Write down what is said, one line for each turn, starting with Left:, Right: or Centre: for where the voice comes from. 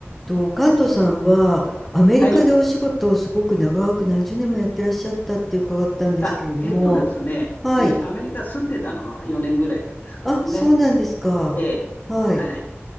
Centre: と、神門さんはアメリカでお仕事をすごく長く何十年もやってらっしゃったって伺ったんですけれども、
Left: はい。あ、えっとですね、
Centre: はい。
Left: えーアメリカ住んでたのは4年ぐらいなんですけどもね。
Centre: あ、そうなんですか。
Left: ええはい。
Centre: はい。